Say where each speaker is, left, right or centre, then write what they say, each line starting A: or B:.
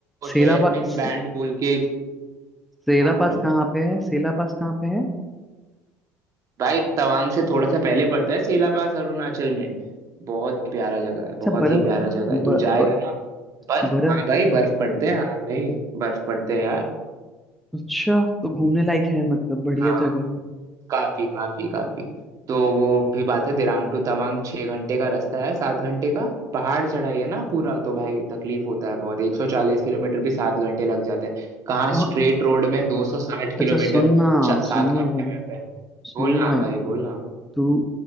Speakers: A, in the centre; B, on the right (about 50°).
A: सेला
B: हेयर
A: पास
B: पिन बैंड बोल के एक
A: सेला
B: हाँ बोलो
A: पास कहाँ पे है सेला पास कहाँ पे है
B: भाई तवांग से थोड़ा सा पहले पड़ता है सेला पास अरुणाचल में बहुत ही प्यारा जगह है
A: अच्छा
B: बहुत
A: बरह
B: ही प्यारा
A: ब,
B: जगह है तू जाएगा
A: ब,
B: ना बर्फ
A: बरह
B: हाँ भाई बर्फ पड़ते हैं हाँ भाई बर्फ पड़ते हैं यार
A: अच्छा तो घूमने लायक है मतलब बढ़िया
B: हाँ
A: जगह है
B: काफी काफी काफी तो वो भी बात है दिरांग टू तवांग छह घंटे का रास्ता है सात घंटे का पहाड़ चढ़ाई है ना पूरा तो भाई तकलीफ होता है बहुत 140 किलोमीटर भी सात घंटे लग जाते हैं कहाँ
A: तो हाँ
B: स्ट्रेट रोड में 260 किलोमीटर
A: अच्छा सुनना
B: चा- सात
A: सुनना
B: घंटे
A: भाई
B: में पे
A: सुनना
B: बोलना
A: भाई
B: भाई बोलना
A: तू